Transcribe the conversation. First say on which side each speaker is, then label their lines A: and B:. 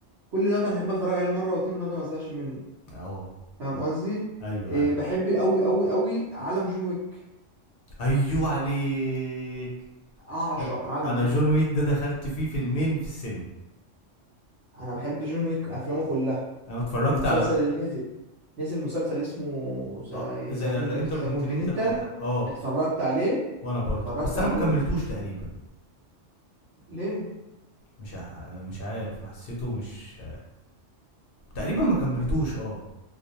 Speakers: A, on the right (about 65°); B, on the left (about 60°).
A: كل ده انا احب اتفرج عليه مره واتنين وتلاته ما ازهقش منه
B: اه
A: فاهم قصدي
B: ايوه
A: إيه
B: ايوه
A: بحب قوي قوي قوي عالم جون ويك
B: ايوه عليك
A: اعشق
B: لا،
A: عالم
B: انا
A: جون
B: جون
A: ويك
B: ويك ده دخلت فيه فيلمين في السينما
A: انا بحب جون ويك افلامه كلها
B: انا اتفرجت
A: والمسلسل
B: على ج-
A: اللي نزل نزل مسلسل اسمه ذا
B: اه ذا
A: ذا كونكت
B: ذا انتر
A: ذا
B: كونتيننتال
A: كونتيننتال
B: او ح... اه
A: اتفرجت عليه
B: وانا برضو
A: اتفرجت
B: بس
A: عليه
B: انا ما كملتوش تقريبا
A: ليه
B: مش ع... مش عارف ما حسيته مش تقريبا ما كملتوش اه